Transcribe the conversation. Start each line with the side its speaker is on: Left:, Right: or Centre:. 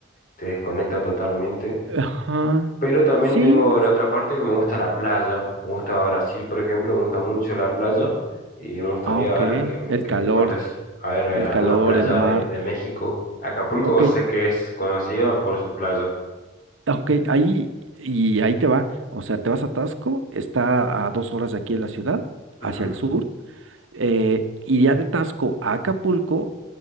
Left: te desconecta totalmente.
Right: Ajá.
Left: Pero también
Right: Sí,
Left: tengo
Right: pues.
Left: la otra parte que me gusta la playa, me gusta Brasil, por ejemplo, me gusta mucho la playa y me gustaría
Right: Ah, ok.
Left: ver que me,
Right: El
Left: que
Right: calor.
Left: me cuentes, a ver, eh,
Right: El
Left: alguna
Right: calor,
Left: playa
Right: el mar.
Left: de, de México. Acapulco
Right: Ok.
Left: sé que es conocida por su playa.
Right: Ok. Ahí. Y ahí te va. O sea, te vas a Tasco. Está a dos horas de aquí de la ciudad, hacia
Left: Ujú.
Right: el sur. eh, y ya de Tasco a Acapulco